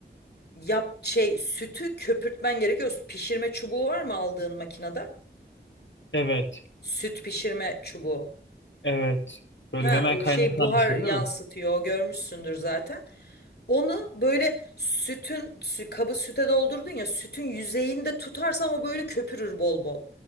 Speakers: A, on the left (about 60°); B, on the left (about 80°).
A: yap şey sütü köpürtmen gerekiyor. Pişirme çubuğu var mı aldığın makinede?
B: Evet.
A: Süt pişirme çubuğu.
B: Evet. Böyle
A: Ha
B: hemen
A: ö-
B: kaynatan
A: şey buhar
B: bir şey
A: yansıtıyor
B: değil mi?
A: görmüşsündür zaten. Onu böyle sütün sü- kabı süte doldurdun ya sütün yüzeyinde tutarsan o böyle köpürür bol bol.